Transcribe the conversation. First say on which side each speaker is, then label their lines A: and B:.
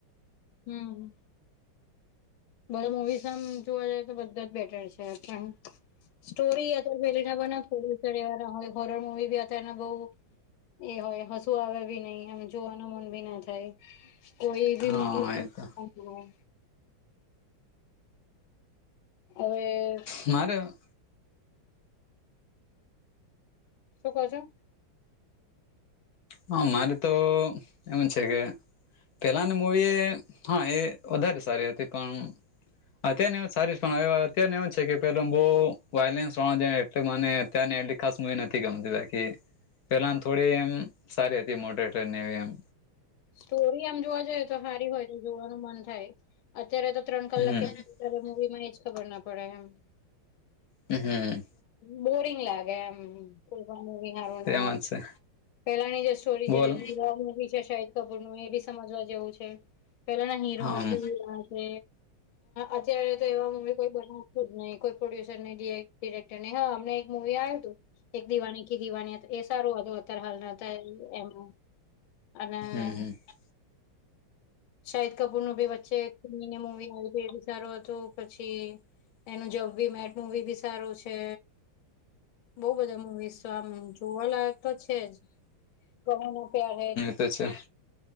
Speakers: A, on the left; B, on the left.
A: હમ. બધા મુવીસ આમ જોવા જઈએ તો બધા જ બેટર છે પણ. સ્ટોરી અત્યારે પેલી ના બોલ્યુવા હોય હોરર મુવી બી અતારના બહુ. એ હોય હશુ આવે ભી નઈ એમ જોવાનું મન ભી ના થાય. કોઈ એક ભી
B: હા એ તો
A: મૂવી. હવે.
B: મારે.
A: શું કો છો?
B: હા મારે તો એમ છે કે પેલાની મૂવી એ હા એ વધારે સારી હતી પણ. અત્યારને એવું સારી હ અત્યારને એવું છે કે પે બહુ વાયલન્સ વાવદે એટ મને અત્યારની એલી ખાસ મૂવી નથી ગમતી બાકી પેલા થોડી એમ સારી હતી મોટરેટર ને એવી એમ
A: સ્ટોરી આમ જોવા જઈએ તો સારી હોય તો જોવાનું મન થાય. અત્યારે તો ત્રણ કલાક
B: હમ
A: કેમ અત્યારે મૂવી માં એજ ખબર ના પડે એમ.
B: હમ હમ.
A: બ પોરીંગ લ આાગે કોઈવી હારો
B: તેમાં
A: ના હો
B: જ છે
A: પેલાની જે સ્ટોરી
B: બોલ
A: છે એ્ગ મુવી છે શદ કપૂર નું એ બી સમજવા જેવું છે પેલાના હીરો
B: હમ
A: બી છે. અત્યારે તો એવા મૂવી કોઈ બના નહી કોઈ પ્રોડ્યુસર નહી ડિરેક્ટર નહી હા અમને એક મુવી આયુ તું. એક દિવાને કી દિવાનીયત એ સારું હતું અત્યારે હાલના હતા એમાં. અને
B: હમ
A: હમ્મ.
B: હમ
A: શાહિદ કપૂર નું ભી વચ્ચે એક મૂવી આવી તું એ બી સારું હતું પછી એનું જબ બી મેટ મૂવી બી સારું છે. બઉ બધા મૂવીસો આમ જોવાલાયક તો છે જ. કહોના પ્યાર હે
B: તે છે.